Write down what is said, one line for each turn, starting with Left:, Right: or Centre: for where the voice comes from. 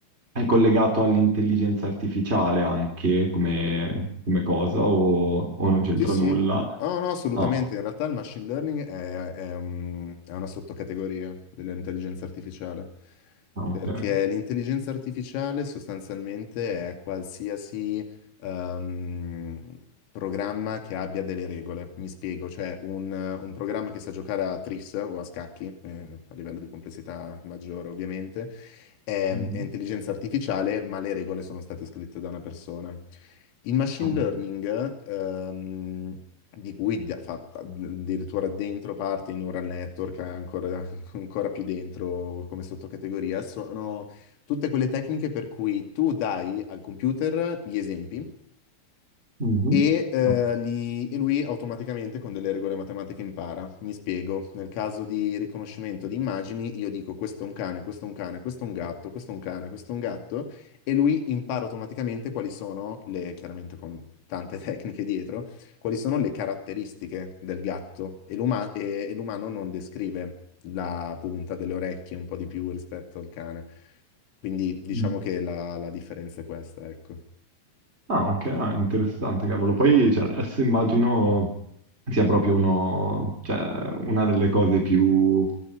Right: è collegato all'intelligenza artificiale anche come, come cosa o, o non c'entra
Left: Sì, sì,
Right: nulla?
Left: no, no, assolutamente.
Right: Ah,
Left: In realtà il machine learning è, è un- è una sottocategoria dell'intelligenza artificiale,
Right: ah,
Left: perché
Right: ok. ok.
Left: l'intelligenza artificiale sostanzialmente è qualsiasi ehm, programma che abbia delle regole. Mi spiego, cioè un, un programma che sa giocare a tris o a scacchi, eh, a livello di complessità maggiore ovviamente, è
Right: Mhm.
Left: è intelligenza artificiale, ma le regole sono state scritte da una persona. Il machine
Right: Ah,
Left: learning, ehm, di cui di- fa addirittura dentro parte i neural network, ancora, <laughs> ancora più dentro come sottocategoria, sono tutte quelle tecniche per cui tu dai al computer gli esempi
Right: mhm.
Left: e, eh,
Right: Ah,
Left: li- e lui automaticamente con delle regole matematiche impara. Mi spiego, nel caso di riconoscimento di immagini, io dico questo è un cane, questo è un cane, questo è un gatto, questo è un cane, questo è un gatto, e lui impara automaticamente quali sono le, chiaramente con tante <laughs> tecniche dietro, quali sono le caratteristiche del gatto. E l'uma- e- e l'umano non descrive la punta delle orecchie un po' di più rispetto al cane. Quindi diciamo
Right: mhm.
Left: che la, la differenza è questa, ecco.
Right: Ah, ok, ah, interessante, cavolo. Poi, cioè, adesso immagino sia proprio uno, cioè, una delle cose più